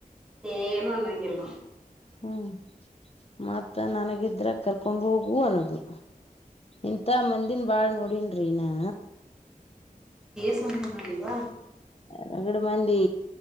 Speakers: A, in the centre; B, on the left.
A: ಏನು ಅನ್ನೋಗಿಲ್ಲ
B: ಹ್ಮ್ ಮತ್ತ ನನಗಿದ್ರ ಕರ್ಕೊಂಡ್ ಹೋಗುವು ಅನ್ನೋದು ಇಂತ ಮಂದನ್ ಬಾಳ್ ನೋಡೇನ್ರಿ ನಾ
A: ಸಮಂದಯ ನೋಡಿವಾ
B: ರಗಡ ಮಂದಿ